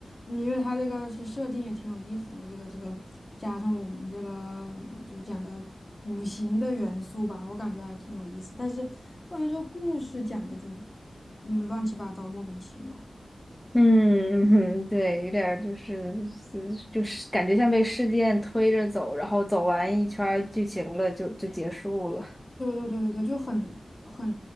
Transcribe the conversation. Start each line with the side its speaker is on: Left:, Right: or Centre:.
Left: 嗯因为它这个是设定也挺有意思的嘛，这个这个加上我们这个就是讲的五行的元素吧，我感觉还挺有意思。但是我感觉这个故事讲的就，嗯，乱七八糟，莫名其妙。
Centre: 嗯，嗯对，有点儿就是是就是感觉像被事件推着走，然后走完一圈儿剧情了，就就结束了。
Left: 对对对对对，就很很